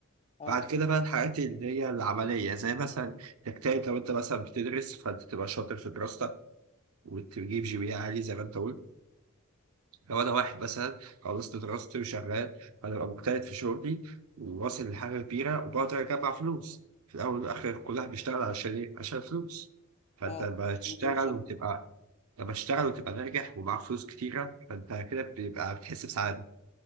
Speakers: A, on the left (about 30°); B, on the right (about 85°).
A: اه
B: بعد كده بقى الحاجات اللي هي العملية زي مثلا تجتهد لو أنت مثلا بتدرس فأنت تبقى شاطر في دراستك وتجيب جي بي إيه عالي زي ما أنت قلت لو انا واحد مثلا خلصت دراستي وشغال هبقى مجتهد في شغلي وواصل لحاجه كبيره وبقدر اجمع فلوس في الاول والاخر كلها بيشتغل عشان ايه عشان فلوس فانت
A: اه
B: لما
A: عشان
B: تشتغل
A: دي يوصل
B: وتبقى لما تشتغل وتبقى ناجح ومعاك فلوس كتيره فانت كده بيبقى بتحس بسعاده